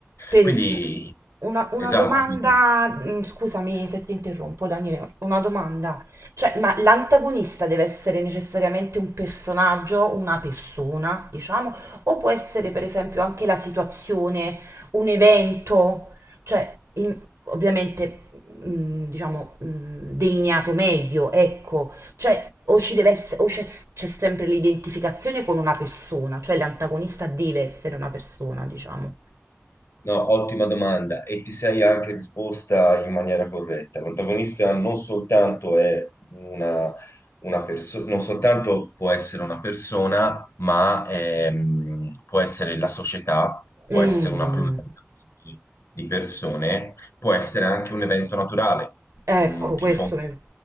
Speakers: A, on the right; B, on the left.
A: Per
B: Quindi,
A: il Una, una
B: esatto,
A: domanda,
B: quindi
A: mm, scusami se ti interrompo, Daniele, una domanda. Cioè, ma l'antagonista deve essere necessariamente un personaggio, una persona, diciamo, o può essere per esempio anche la situazione, un evento, cioè, in- ovviamente, mm, diciamo, mm, delineato meglio, ecco, cioè, o ci deve ess- o c'è c'è sempre l'identificazione con una persona, cioè l'antagonista deve essere una persona, diciamo.
B: No, ottima domanda e ti sei anche risposta in maniera corretta. L'antagonista non soltanto è una, una persona, non soltanto può essere una persona, ma ehm, può essere la società, può
A: Mm.
B: essere una pluralità di di persone, può essere anche un evento naturale,
A: Ecco,
B: un tifone,
A: questo mi-